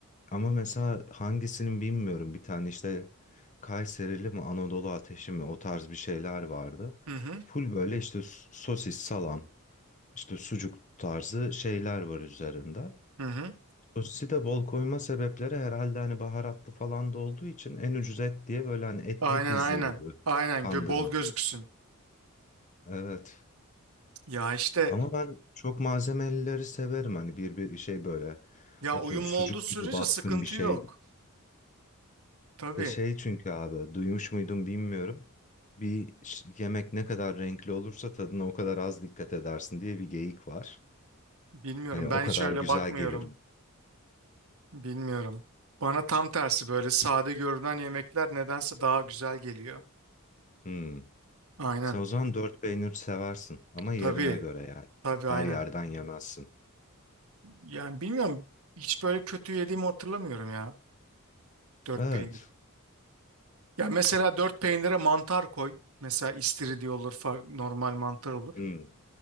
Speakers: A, on the left; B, on the right.
A: Ama mesela hangisinin bilmiyorum. Bir tane işte Kayserili mi Anadolu ateşi mi o tarz bir şeyler vardı.
B: Hı hı.
A: Full böyle işte s- sosis, salam. İşte sucuk tarzı şeyler var üzerinde.
B: Hı hı.
A: Sosisi de bol koyma sebepleri herhalde hani baharatlı falan da olduğu için en ucuz et diye böyle hani etli
B: Aynen
A: pizza
B: aynen.
A: gibi
B: Aynen
A: kandırmalık.
B: gö bol gözüksün.
A: Evet.
B: Ya işte
A: Ama ben çok malzemelileri severim. Hani bir bir şey böyle
B: ya
A: atıyorum
B: uyumlu
A: sucuk
B: olduğu sürece
A: gibi baskın
B: sıkıntı
A: bir şey.
B: yok. Tabii
A: Ya şey çünkü abi duymuş muydum bilmiyorum. Bir ş- yemek ne kadar renkli olursa tadına o kadar az dikkat edersin diye bir geyik var.
B: bilmiyorum.
A: Hani o
B: Ben
A: kadar
B: hiç öyle
A: güzel
B: bakmıyorum.
A: gelir.
B: Bilmiyorum. Bana tam tersi böyle sade görünen yemekler nedense daha güzel geliyor.
A: Hmm.
B: Aynen.
A: Sen o zaman dört peynir seversin ama yerine
B: Tabii.
A: göre yani.
B: Tabii
A: Her
B: aynen.
A: yerden yemezsin.
B: Yani bilmiyorum. Hiç böyle kötü yediğimi hatırlamıyorum ya. Dört
A: Evet.
B: peynir. Ya mesela dört peynire mantar koy. Mesela istiridye olur, fa- normal mantar olur.
A: Hmm.